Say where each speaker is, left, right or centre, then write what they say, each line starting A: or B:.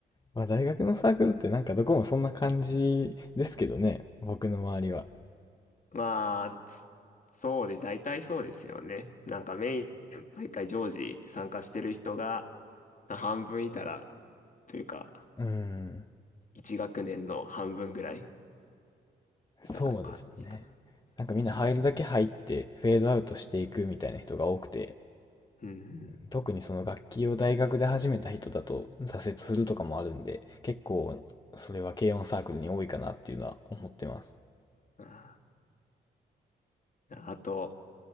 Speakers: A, on the left (about 20°); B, on the left (about 40°).
A: まあ大学のサークルってなんかどこもそんな感じですけどね、僕の周りは。
B: まあ、つそうで、大体そうですよね。なんかメイン、毎回常時参加してる人が、半分いたら、というか、
A: うん、
B: 一学年の半分ぐらいいたらか、
A: そうですね。
B: いいか
A: なんかみんな入るだけ入ってフェードアウトしていくみたいな人が多くて、
B: な。うん。うん
A: 特にその楽器を大学で始めた人だと挫折するとかもあるんで、結構それは軽音サークルに多いかなっていうのは思ってます。
B: うん。ああ、あと、